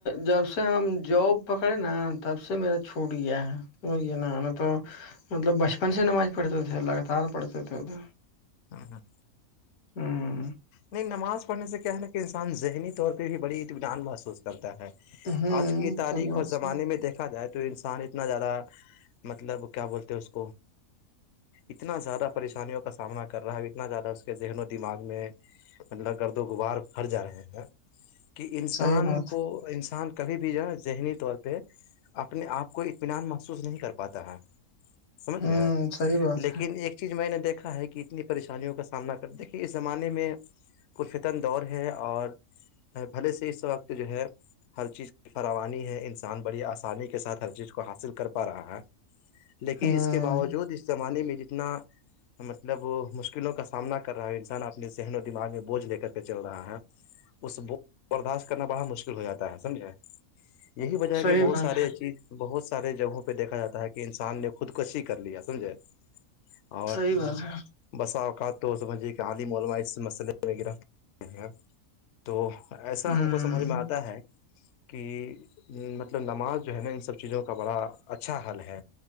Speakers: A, on the left; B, on the left.
A: جب سے ہم جاب پکڑے نا تب سے میرا چھوٹ گیا ہے وہ یہ نا ہمیں تو مطلب بچپن سے نماز پڑھتے تھے لگاتار پڑھتے تھے ادھر
B: ہاں ہاں
A: ہوں
B: نہیں نماز پڑھنے سے کیا ہے نا کہ انسان ذہنی طور پہ بھی بڑی اطمینان محسوس کرتا ہے
A: ہ
B: آج کی تاریخ
A: تو بس
B: اور زمانے میں دیکھا جائے تو تو انسان اتنا زیادہ مطلب کیا بولتے ہیں اس کو اتنا زیادہ پریشانیوں کا سامنا کر رہا ہے اتنا زیادہ اس کے ذہن و دماغ میں مط گرد و غوار بھر جا رہے ہیں کہ انسان
A: صحیح بات
B: کو انسان کبھی بھی جو ہے نا ذہنی طور پہ اپنے آپ کو اطمینان محسوس نہیں کر پاتا ہے سمجھ
A: ہوں
B: گیا
A: صحیح بات
B: لیکن
A: ہے
B: ایک چیز میں نے دیکھا ہے کہ اتنی پریشانیوں کا سامنا کر د کہ اس زمانے میں کوئی فتن دور ہے اور بھلے سے اس وقت جو ہے ہر چیز کی فراوانی ہے انسان بڑی آسانی کے ساتھ ہر چیز کو حاصل کر پا رہا ہے لیکن
A: ہوں
B: اس کے باوجود اس زمانے میں جس اتنا مطلب مشکلوں کا سامنا کر رہا ہے انسان اپنے نوں دماغ میں بوجھ لے کر کے چل رہا ہے اس بول کو برداشت کرنا بڑا مشکل ہو جاتا ہے سمجھے یہی وجہ ہے
A: صحیح
B: کہ بہت
A: بات
B: سارے
A: ہے
B: چیز بہت سارے جگہوں پہ دیکھا جاتا ہے کہ انسان نے خود کشی کر لیا سمجھے اور
A: صحیح بات ہے
B: بسا اوقات تو سمجھھیے کہ عالم علما اس مسئلے وہ تو ایسا
A: ہوں
B: ہم کو سمجھ میں آتا ہے کہ مطلب نماز جو ہے نا ان سب چیزوں کا بڑا اچھا حل ہے